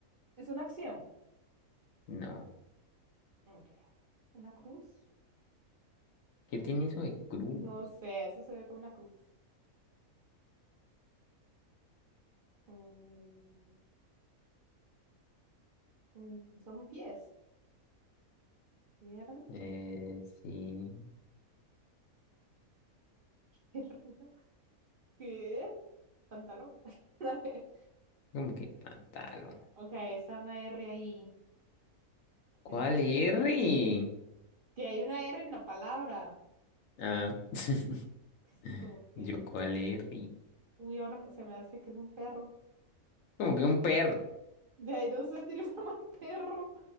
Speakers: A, on the right (about 45°); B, on the left (about 70°).
A: Es una acción.
B: No.
A: Ok. Una cruz.
B: ¿Qué tiene eso de cruz?
A: No sé, eso se ve como una cruz. Mm, mm, son pies. Pierna.
B: Eh,
A: <laughs>
B: sí.
A: Pierna. ¿Qué? Pantalón. <laughs>
B: Como que pantalón.
A: Ok, está una R ahí.
B: ¿Cuál
A: Re-
B: R?
A: Que hay una R en la palabra.
B: Ah, <laughs>
A: Qué estúpido.
B: yo cuál R.
A: Uy, ahora me- se me hace que es un perro.
B: Como que un perro.
A: De ahí no sé, tiene <laughs> forma de perro.